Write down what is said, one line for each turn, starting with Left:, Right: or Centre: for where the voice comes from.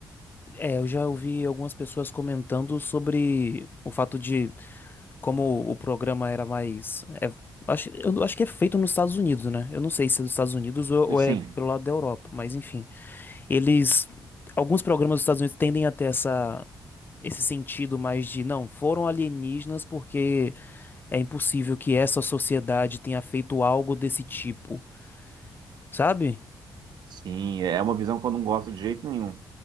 Left: É, eu já ouvi algumas pessoas comentando sobre o fato de como o programa era mais. é, acho, eu não- acho que é feito nos Estados Unidos, né? Eu não sei se é dos Estados Unidos ou, ou é
Right: Sim,
Left: pelo lado da Europa, mas enfim. Eles. Alguns programas dos Estados Unidos tendem a ter essa, esse sentido mais de, não, foram alienígenas porque é impossível que essa sociedade tenha feito algo desse tipo, sabe?
Right: sim, é uma visão que eu não gosto de jeito nenhum.